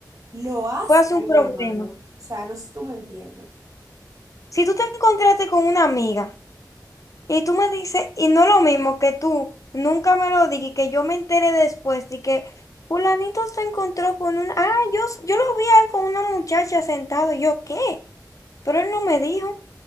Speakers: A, on the right; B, on the left.
A: lo hace
B: Puede ser
A: algo
B: un problema.
A: malo. O sea, no sé si tú me entiendes.
B: Si tú te encontraste con una amiga Y tú me dices, y no es lo mismo que tú nunca me lo digas y que yo me entere después de que fulanito se encontró con un, ah, yo, s- yo lo vi a él con una muchacha sentado, y yo, ¿qué? Pero él no me dijo,